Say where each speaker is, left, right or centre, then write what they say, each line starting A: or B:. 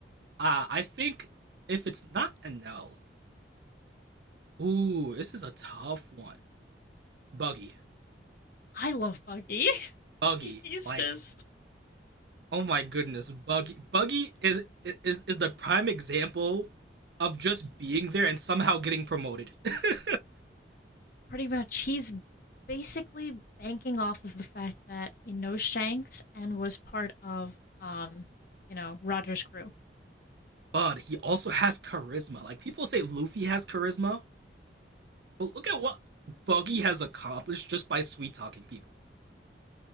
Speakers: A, on the right; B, on the left.
A: uh, I think if it's not an L, ooh, this is a tough one. Buggy,
B: I love Buggy. <laughs>
A: Buggy,
B: he's
A: like
B: just
A: oh my goodness, Buggy, Buggy is is is the prime example of just being there and somehow getting promoted. <laughs>
B: Pretty much, he's basically banking off of the fact that he knows Shanks and was part of, um, you know, Roger's crew.
A: but he also has charisma. Like people say, Luffy has charisma But look at what Buggy has accomplished just by sweet talking people.